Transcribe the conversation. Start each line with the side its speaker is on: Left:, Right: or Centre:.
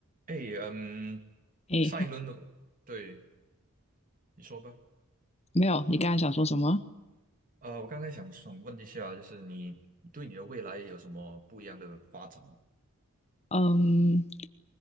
Right: 哎，嗯，
Left: 诶，
Right: 上一轮的，对，你说吧。
Left: 没有，你刚才想说什么？
Right: 呃，我刚才想想问一下，就是你，你对你的未来有什么不一样的发展吗？
Left: 嗯，